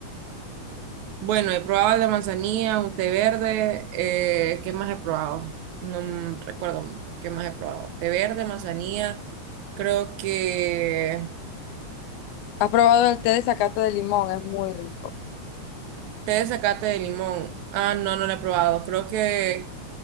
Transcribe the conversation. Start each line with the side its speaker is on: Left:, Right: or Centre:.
Right: Bueno, he probado el de manzanilla, un té verde. eh, ¿qué más he probado? No m- recuerdo qué más he probado. Té verde, manzanilla. Creo que
Left: Has probado el té de zacate de limón, es muy rico.
Right: té de zacate de limón. Ah, no, no lo he probado. Creo que